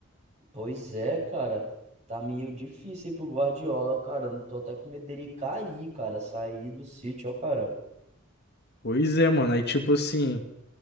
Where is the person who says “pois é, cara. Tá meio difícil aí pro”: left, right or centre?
Right